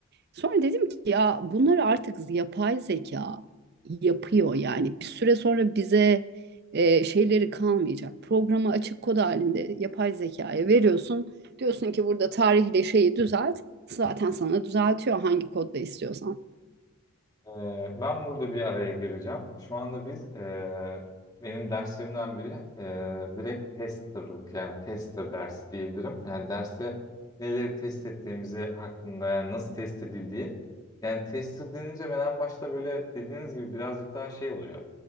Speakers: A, on the right; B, on the left.
A: Sonra dedim ki ya bunları artık yapay zeka yapıyor yani bir süre sonra bize e, şeyleri kalmayacak. Programı açık kod halinde yapay zekaya veriyorsun. Diyorsun ki burada tarihle şeyi düzelt. Zaten sana düzeltiyor hangi kodda istiyorsan.
B: Ee, ben burada bir araya gireceğim. Şu anda biz e, benim derslerimden biri e, direkt testerlık yani tester dersi diyebilirim. Yani derste neleri test ettiğimizi hakkında yani nasıl test edildiği. Yani tester denince ben en başta böyle dediğiniz gibi birazcık daha şey oluyor